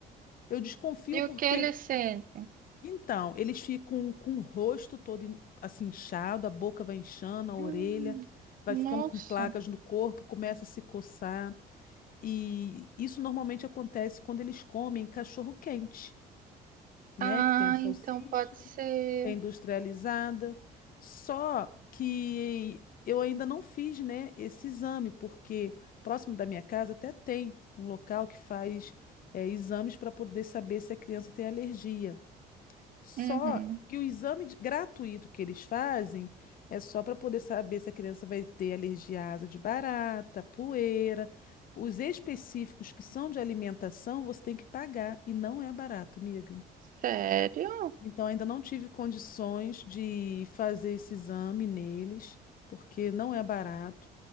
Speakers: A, on the left; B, on the right.
A: Eu desconfio
B: E
A: porque,
B: o que eles sentem?
A: então, eles ficam com o rosto todo in- assim inchado, a boca vai inchando, a orelha
B: Hum,
A: vai
B: nossa.
A: ficando com placas no corpo, começa a se coçar. E isso normalmente acontece quando eles comem cachorro quente. né?
B: Ah,
A: Que tem a salsicha,
B: então pode ser.
A: que é industrializada. Só que eu ainda não fiz, né, esse exame, porque próximo da minha casa até tem um local que faz é, exames para poder saber se a criança tem alergia. Só
B: Uhum.
A: que o exame de- gratuito que eles fazem é só para poder saber se a criança vai ter alergia à asa de barata, poeira. Os específicos que são de alimentação, você tem que pagar e não é barato, amiga.
B: Sério?
A: Então, ainda não tive condições de fazer esse exame neles, porque não é barato.